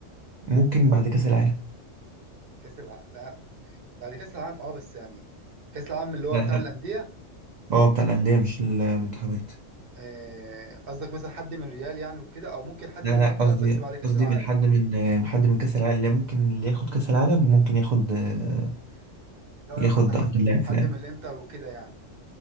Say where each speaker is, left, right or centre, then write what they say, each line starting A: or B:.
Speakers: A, on the right; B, on the right.
A: ممكن بعد كأس العالم
B: كاس العالم لا بعد كاس العالم اه بس يعني كاس العالم اللي هو
A: لا
B: بتاع
A: لا
B: الانديه
A: اه بتاع الأندية مش المنتخبات
B: آه، قصدك مثلا حد من ريال يعني وكده او ممكن حد
A: لا
B: من الانتر
A: لا قصدي
B: بس بعد كاس
A: قصدي
B: العالم
A: من حد من حد من كأس العالم لا ممكن اللي ياخد كأس العالم ممكن ياخد آه،
B: اللي هو لو
A: ياخد
B: مثلا حد
A: أفضل لاعب
B: حد
A: في العالم
B: من الانتر وكده يعني